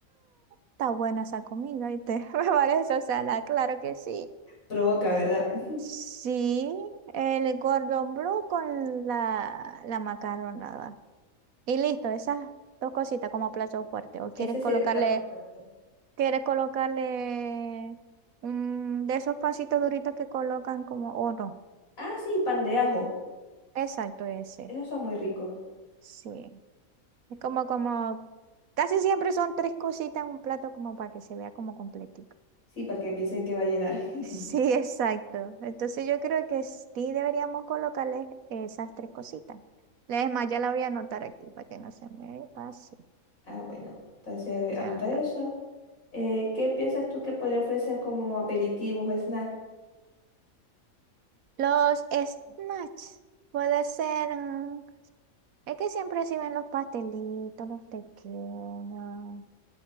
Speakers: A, on the right; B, on the left.
A: Está buena esa comida, y te <laughs> me parece, o sea, la, claro que sí.
B: Provoca, ¿verdad? <laughs>
A: Sí, el Gordon Blue con la, la macarronada. Y listo, esas dos cositas como plato fuerte. ¿O quieres
B: Ese sería
A: colocarle,
B: el plato fuerte.
A: quieres colocarle mm, de esos pancitos duritos que colocan como, o no?
B: Ah, sí, pan de ajo.
A: Exacto, ese.
B: Esos son muy ricos.
A: Sí. Es como, como, casi siempre son tres cositas en un plato como para que se vea como completito.
B: Sí, para que piensen que va a llenar. <laughs>
A: Sí, exacto. Entonces yo creo que sí deberíamos colocarles esas tres cositas. Es más, ya la voy a anotar aquí para que no se me pase.
B: Ah, bueno, entonces a
A: Ta,
B: anota
A: ta.
B: eso. Eh, ¿qué piensas tú que podría ofrecer como aperitivos o snack?
A: Los snacks. Puede ser. mm, Es que siempre sirven los pastelitos, los pequeños,